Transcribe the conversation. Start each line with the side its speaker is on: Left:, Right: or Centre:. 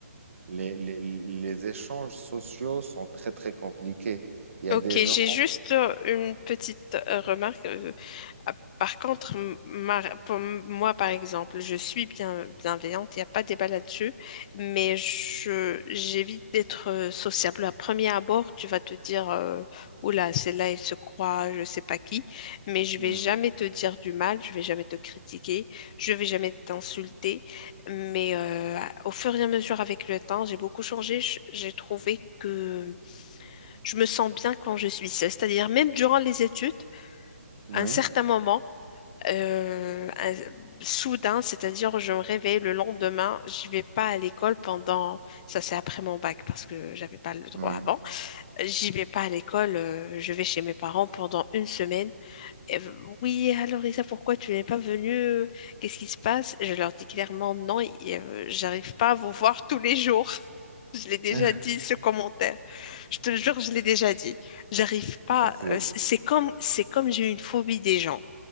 Right: les, les, les échanges sociaux sont très, très compliqués. Il y
Left: Ok,
Right: a des gens.
Left: j'ai juste euh, une petite euh, remarque. euh, ah, Par contre, m- ma- pour m- moi, par exemple, je suis bien, bienveillante, il n'y a pas de débat là-dessus, mais je, j'évite d'être euh, sociable. À premier abord, tu vas te dire, euh, oula, celle-là, elle se croit, je sais pas qui, mais je vais
Right: Mhm.
Left: jamais te dire du mal, je vais jamais te critiquer, je vais jamais t'insulter. Mais euh, au fur et à mesure avec le temps, j'ai beaucoup changé. Je- J'ai trouvé que je me sens bien quand je suis seule. C'est-à-dire, même durant les études,
Right: Oui,
Left: à un certain moment, euh, un- soudain, c'est-à-dire, je me réveille le lendemain, je vais pas à l'école pendant, ça c'est après mon bac parce que j'avais pas le droit
Right: oui.
Left: avant. J'y vais pas à l'école, euh, je vais chez mes parents pendant une semaine. Et, euh, oui, alors Isa, pourquoi tu n'es pas venue? euh, Qu'est-ce qui se passe? Je leur dis clairement non, et, euh, j'arrive pas à vous voir tous les jours. Je l'ai déjà
Right: <laughs>
Left: dit, ce commentaire. Je te le jure, je l'ai déjà dit. J'arrive pas.
Right: Non, c'est-
Left: euh, c- C'est comme, c'est comme j'ai une phobie des gens.